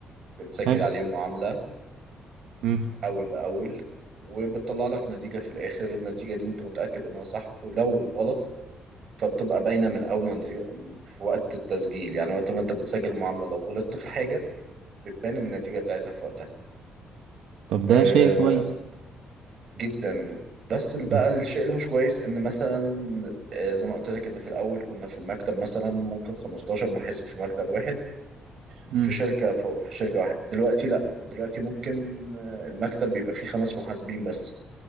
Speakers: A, on the right (about 55°); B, on the right (about 80°).
A: بنسجل
B: حلو
A: عليه المعامله
B: مم.
A: اول باول وبتطلع لك نتيجه في الاخر النتيجه دي انت متاكد انها صح ولو غلط فبتبقى باينه من اول ما النتيجة- في وقت التسجيل يعني وقت ما انت بتسجل المعامله لو غلطت في حاجه بتبان النتيجه بتاعتها في وقتها
B: طب ده
A: آه
B: شيء كويس
A: جدا بس بقى
B: مم.
A: الشيء اللي مش كويس ان مثلا آه زي ما قلت لك ان في الاول كنا في المكتب مثلا ممكن 15 محاسب في مكتب واحد
B: مم.
A: في شركه في في شركه واحده دلوقتي لا دلوقتي ممكن آه المكتب بيبقى فيه خمس محاسبين بس